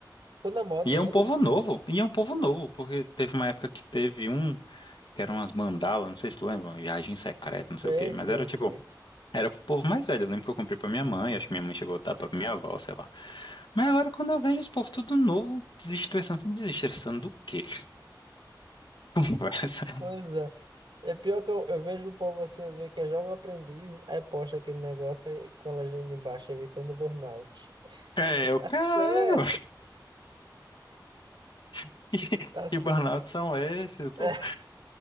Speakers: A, on the right; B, on the left.
A: Ficou na moda,
B: E é
A: né?
B: um povo novo, e é um povo novo, porque teve uma época que teve um, que eram umas mandalas, não sei se tu lembra, viagem secreta,
A: Sei,
B: não sei o quê, mas
A: sei,
B: era tipo,
A: sei.
B: era pro povo mais velho. Eu lembro que eu comprei pra minha mãe, acho que minha mãe chegou a dar pra minha avó, sei lá. Mas agora quando eu vejo esse povo tudo novo, desestressando, desestressando do quê? <laughs> Conversa.
A: Pois é. É pior que eu, eu vejo o povo assim, às vezes, que é jovem aprendiz, aí posta aquele negócio aí com a legenda embaixo, evitando burnout. <laughs>
B: É,
A: E tá
B: eu, caralho,
A: certo,
B: <laughs> que
A: tá, cer-
B: que burnout são esses, pô?
A: <laughs>